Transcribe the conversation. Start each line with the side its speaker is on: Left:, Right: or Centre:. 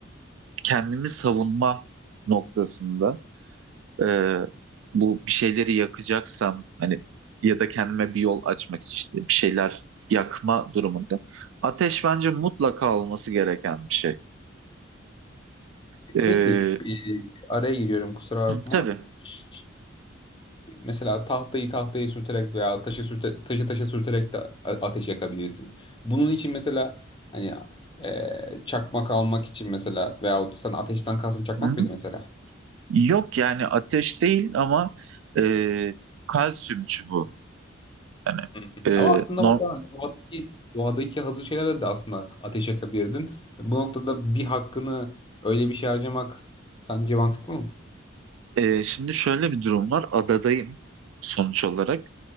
Right: kendimi savunma noktasında. e, bu bir şeyleri yakacaksam hani ya da kendime bir yol açmak için işte bir şeyler yakma durumunda ateş bence mutlaka olması gereken bir şey. E,
Left: Peki e, araya giriyorum kusura bakma.
Right: tabii.
Left: Ş- Mesela tahtayı tahtayı sürterek veya taşı sürte, taşı taşa sürterek de a- ateş yakabilirsin. Bunun için mesela hani e, çakmak almak için mesela veyahut sen ateşten kalsın çakmak
Right: Hı? hı.
Left: mıydı mesela?
Right: Yok yani ateş değil ama e, kalsiyum çubuğu. Hani
Left: Hı hı.
Right: e,
Left: Ama aslında
Right: normalde
Left: orada Ee, hani doğadaki, doğadaki hazır şeylerle de aslında ateş yakabilirdin. Bu noktada bir hakkını öyle bir şey harcamak sence mantıklı mı?
Right: e, şimdi şöyle bir durum var. Adadayım sonuç olarak.